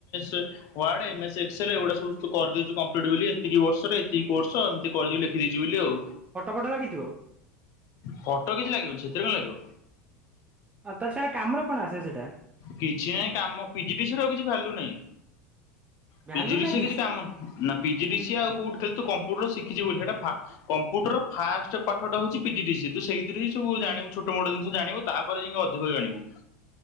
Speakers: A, on the left; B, on the right.
A: <inaudible> Wade M S Excel ଏଗୁଡା ସବୁ ତୁ କରି ଦେଉଚୁ କମ୍ପ୍ଲିଟ୍ ବେଲି ଏତିକି ବର୍ଷ ରେଏତିକି କୋର୍ସ ଏମିତି କଲି ଲେ ଦେଇଚୁ ବେଲି ଆଉ।
B: ଫଟୋ ଫଟ ଲାଗିଥିବ?
A: ଫଟୋ କିଛି ଲାଗିବନି ସେଥିରେ କଁ ଲାଗିବ?
B: ଆଉ ତା ସେଟା କାମରେ କଣ ଆସେ ସେଟା?
A: କିଛି ନାଇଁ କାମ ପିଜିକେସନ୍ ରେ କିଛି ଭ୍ୟାଲୁ ନାଇଁ
B: ଭ୍ୟାଲୁ
A: <inaudible> କିଛି
B: ନାଇଁ
A: କାମ ନା ପିଜି ଡି ସି ଆଉ କୋଉଠି ଖାଲି ତୁ କମ୍ପୁଟର ଶିଖିଚୁ ବୋଲି ସେଇଟା ଫା କମ୍ପ୍ୟୁଟର ଫାଷ୍ଟ ପାଠଟା ହଉଚି ପିଜି ଡିସି ତୁ ସେଇଥିରୁ ହିଁ ସବୁ ଜାଣିବୁ ଛୋଟ ମୋଟ ଜିନଷ ଜାଣିବୁ। ତାପ ରେ ଯାଇଁ କିଅଧିକ ଜାଣିବୁ।